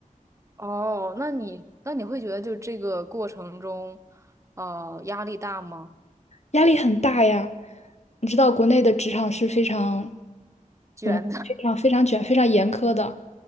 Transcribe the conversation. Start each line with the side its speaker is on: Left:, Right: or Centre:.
Right: 哦，那你那你会觉得就这个过程中，呃，压力大吗？
Left: 压力很大呀。你知道国内的职场是非常、
Right: 卷的，
Left: 非常、非常卷、非常严苛的。